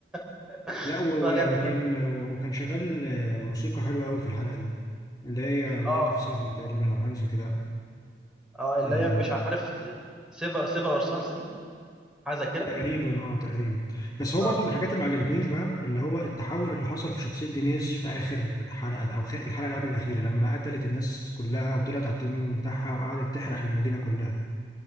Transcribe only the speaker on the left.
لا و-
و- وكان
وكان شغال آه، موسيقى حلوة قوي في الحلقة دي اللي هي لايت
اوف سيفن
تقريبا او حاجة زي كده
آه،
تقريبا اه تقريبا بس هو
برضو من الحاجات اللي ما عجبتنيش بقى اللي هو التحول اللي حصل في شخصية دينيس في آخر حلقة او خ- الحلقة اللي قبل الأخيرة لما قتلت الناس كلها وطلعت على التيم بتاعها وقعدت تحرق المدينة كلها